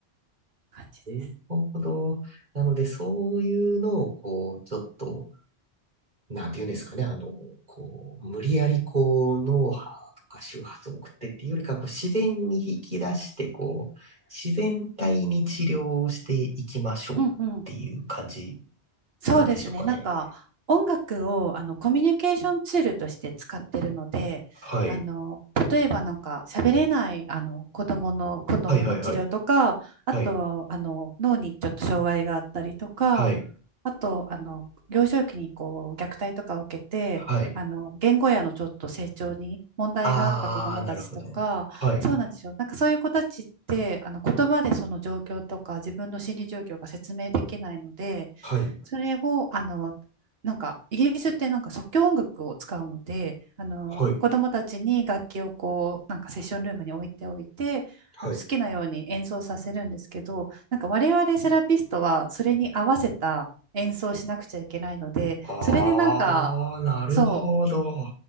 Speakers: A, on the right (about 65°); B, on the right (about 45°).
A: 感じです。
B: なるほど。なので、そういうのを、こう、ちょっと、なんて言うんですかね、あの、こう、無理やり、こう、脳波とか周波数を送ってっていうよりか、こう、自然に引き出して、こう、自然体に治療をしていきましょうっていう感じ
A: うんうん。そうですね。
B: なんでしょうかね。
A: なんか、音楽をあのコミュニケーションツールとして使ってるので、
B: はい。
A: あの、例えばなんか喋れないあの子供の、子供の治療とか、
B: はいはいはい。
A: あと、
B: はい。
A: あの、脳にちょっと障害があったりとか、
B: はい。
A: あと、あの、幼少期にこう虐待とかを受けて、
B: はい。
A: あの、言語やのちょっと成長に問題があった子供たちとか、
B: あー、なるほど。はい。
A: そうなんですよ。なんかそういう子たちって、あの、言葉でその状況とか自分の心理状況が説明できないので、
B: はい。
A: それを、あの、なんか、イギリスってなんか即興音楽を使うので、あの、
B: はい。
A: 子供たちに楽器をこう、なんかセッションルームに置いておいて、
B: はい。
A: あの好きなように演奏させるんですけど、なんか我々セラピストはそれに合わせた演奏をしなくちゃいけないので、
B: あー、
A: それでなんか、
B: なるほど。
A: そう、